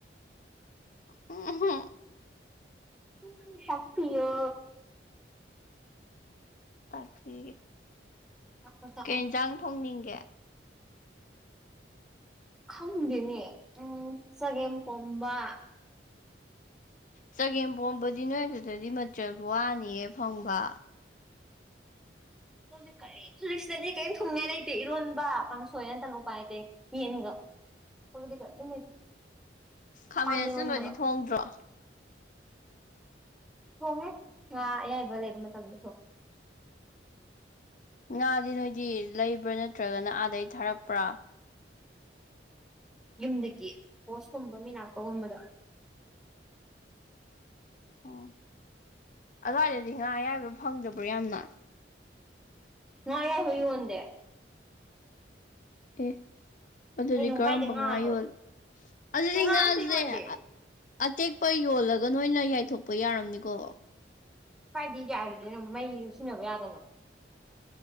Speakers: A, on the left; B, in the centre.
A: <unintelligible>
B: ꯎ ꯇꯥꯛꯄꯤꯌꯣ
A: <unintelligible>
B: ꯇꯥꯛꯑꯣ ꯇꯥꯛꯑꯣ
A: ꯀꯩ ꯌꯦꯟꯖꯥꯡ ꯊꯣꯡꯅꯤꯡꯒꯦ
B: ꯈꯪꯗꯦꯅꯦ ꯎꯝ ꯆꯒꯦꯝ ꯄꯣꯝꯕ
A: ꯆꯒꯦꯝ ꯄꯣꯝꯕꯗꯤ ꯅꯣꯏ ꯑꯗꯨꯗꯗꯤ ꯃꯆꯜ ꯋꯥꯅꯤꯌꯦ ꯐꯪꯕ꯫
B: ꯑꯗꯨꯗꯤ ꯀꯔꯦ <unintelligible> ꯁꯤꯗꯗꯤ ꯀꯔꯤꯝ ꯊꯣꯡꯅꯤꯉꯥꯏ ꯂꯩꯇꯦ ꯏꯔꯣꯟꯕ ꯀꯥꯡꯁꯣꯏ ꯅꯠꯇꯅ ꯎꯄꯥꯏ ꯂꯩꯇꯦ ꯌꯦꯟꯒ꯫ <unintelligible>
A: ꯈꯥꯃꯦꯟ
B: ꯄꯥꯟ
A: ꯑꯁꯤꯟꯕꯗꯤ
B: ꯏꯔꯣꯟꯕꯒ
A: ꯊꯣꯡꯗ꯭ꯔꯣ
B: ꯊꯣꯡꯉꯦ ꯉꯥ ꯑꯌꯥꯏꯕ ꯂꯩꯕ ꯃꯇꯝꯗ ꯊꯣꯡꯉꯦ
A: ꯉꯥꯗꯤ ꯅꯣꯏꯗꯤ ꯂꯩꯕ꯭ꯔꯥ ꯅꯠꯇ꯭ꯔꯒꯅ ꯑꯥꯗꯩꯩ ꯊꯥꯔꯛꯄ꯭ꯔꯥ꯫
B: ꯌꯨꯝꯗꯒꯤ ꯄꯣꯁꯀꯨꯝꯕ ꯃꯤ ꯂꯥꯛꯄꯒꯨꯝꯕꯗ꯫
A: ꯑꯣ ꯑꯗꯨꯋꯥꯏꯗꯗꯤ ꯉꯥ ꯑꯌꯥꯏꯕ ꯐꯪꯗꯕ꯭ꯔꯣ ꯌꯥꯝꯅ꯫
B: ꯉꯥ ꯑꯌꯥꯏꯕ ꯌꯣꯟꯗꯦ꯫
A: ꯑꯦ ꯑꯗꯨꯗꯤ
B: ꯀꯩꯅꯣ
A: ꯀꯔꯝꯕ
B: ꯀꯥꯏꯗ ꯉꯥꯅꯣ
A: ꯉꯥ ꯌꯣꯜꯂꯤ ꯑꯗꯨꯗꯤ
B: ꯁꯤꯗ ꯉꯥ
A: ꯉꯥꯁꯦ꯫
B: ꯑꯝꯇ ꯌꯣꯟꯗꯦ
A: ꯑꯇꯦꯛꯄ ꯌꯣꯜꯂꯒ ꯅꯣꯏꯅ ꯌꯥꯏꯊꯣꯛꯄ ꯌꯥꯔꯝꯅꯤꯀꯣ
B: ꯀꯥꯏꯗꯩꯩ ꯌꯥꯏꯔꯨꯗꯣꯏꯅꯣ ꯃꯩꯁꯨ ꯁꯤꯖꯤꯟꯅꯕ ꯌꯥꯗꯅꯣ